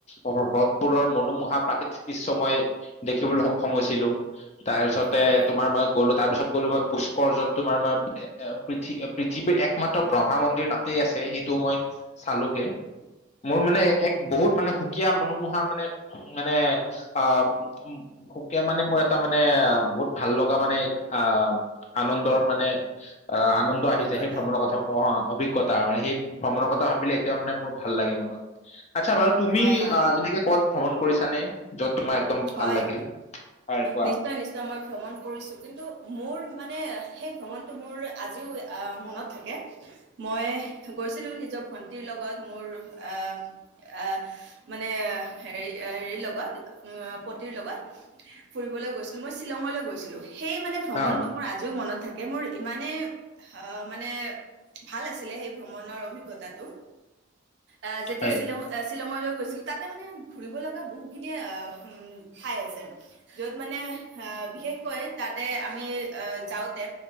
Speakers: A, on the left (about 30°); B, on the right (about 55°).
A: হ হ্ৰদবোৰৰ মনোমোহা প্ৰাকৃতিক দৃশ্য মই দেখিবলৈ সক্ষম হৈছিলো। তাৰপিছতে
B: হয়
A: তোমাৰ মই গ'লো তাৰপিছত গ'লো মই পুষ্কৰ যত তোমাৰ মই, এ এ পৃথি পৃথিৱীৰ একমাত্ৰ ব্ৰহ্মা মন্দিৰ তাতেই আছে সেইটো মই চালোগে। মোৰ মানে এক বহুত মানে সুকীয়া মনোমোহা মানে মানে অ! উ শোকে মানে মোৰ এটা মানে আ বহুত ভাল লগা মানে আ! আনন্দৰ মানে আহ আনন্দ
B: অভিজ্ঞতা
A: আহি যায় সেই ভ্ৰমণৰ কথা অ অভিজ্ঞত। তাৰ মানে সেই ভ্ৰমণৰ কথা ভাবিলে এতিয়া মানে মোৰ ভাল লাগে মনত আচ্ছা বাৰু তুমি
B: হয় হয়
A: অ এনেকে, কত ভ্ৰমণ কৰিছাঁ নে য'ত তোমাৰ একদম? ভাল
B: হয়
A: লাগিল হয় কোৱা
B: নিছ। শ্চয় নিশ্চয় মই ভ্ৰমণ কৰিছোঁ কিন্তু মোৰ মানে সেই ভ্ৰমণটো মোৰ আজিও আ মনত? থাকে। মই গৈছিলো নিজৰ ভন্টিৰ লগত মোৰ আহ আহ? মানে হেৰি এৰি লগত, অ পতিৰ লগত ফুৰিবলৈ গৈছিলো মই শ্বিলং লৈ গৈছিলোঁ সেই মানে ভ্ৰমনটো
A: অ
B: মোৰ আজিও মনত থাকে মোৰ ইমানে, হা মানে ভাল আছিলে সেই ভ্ৰমণৰ অভিজ্ঞতাটো। আহ যেতিয়া
A: হয়
B: শ্বিলং শ্বিলঙলৈ গৈছিলো তাতে মানে ঘুৰিব লগা বহুখিনিযয়ে অ, উম খাই আছে। যত মানে আহ বিশেষকৈ তাতে আমি আহ যাওঁতে